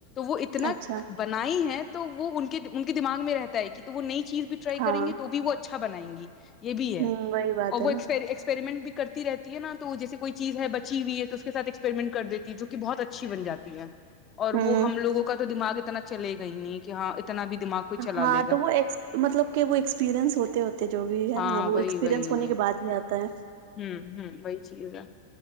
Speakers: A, on the left; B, on the right.
A: وہ اتنا
B: اچھا
A: بنائی ہے تو وہ ان کے ان کے دماغ میں رہتا ہے کہ تو وہ نئی چیز بھی ٹرائی
B: ہاں
A: کریں گی تو بھی وہ اچھا بنائیں گی یہ بھی ہے
B: ہوں وہی بات
A: اور
B: ہے
A: وہ
B: نا
A: ایکسپر ایکسپریمنٹ کرتی رہتی ہے نا تو جیسے کوئی چیز ہے بچی ہوئی ہے تو اس کے ساتھ ایکسپریمنٹ کر دیتی ہے جو کی بہت اچھی بن جاتی ہے اور
B: ہوں
A: وہ ہم لوگوں کا تو دماغ اتنا چلے گا ہی نہیں کہ ہاں اتنا بھی دماغ کوئی چلا
B: ہاں
A: لے گا
B: تو وہ ایکس مطلب کہ وہ ایکسپیرئنس ہوتے ہوتے جو بھی ہے
A: ہاں
B: نا وہ
A: وہی
B: ایکسپریئنس
A: وہی
B: ہونے
A: وہی
B: کے بعد ہی آتا ہے
A: ہوں ہوں وہی چیز ہے